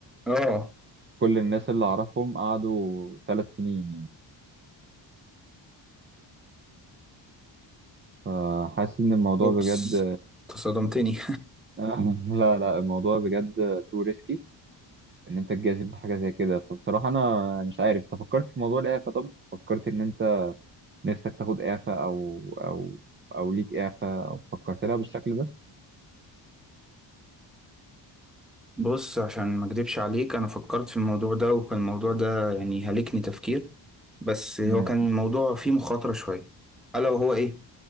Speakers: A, in the centre; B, on the right (about 25°).
A: اه
B: كل الناس اللي اعرفهم قعدوا ثلاث سنين يعني فحاسس ان الموضوع
A: اوبس
B: بجد
A: تصدمتني
B: <laughs> لا لا الموضوع بجد تو ريسكي ان انت تجازف بحاجه زي كده فبصراحه انا مش عارف انت فكرت في موضوع الاعفاء طب فكرت ان انت نفسك تاخد اعفاء او او او ليك اعفاء او فكرت لها بالشكل ده
A: <laughs> بص عشان ما اكدبش عليك انا فكرت في الموضوع ده وكان الموضوع ده يعني هلكني تفكير بس هو
B: امم
A: كان الموضوع فيه مخاطره شويه الا وهو ايه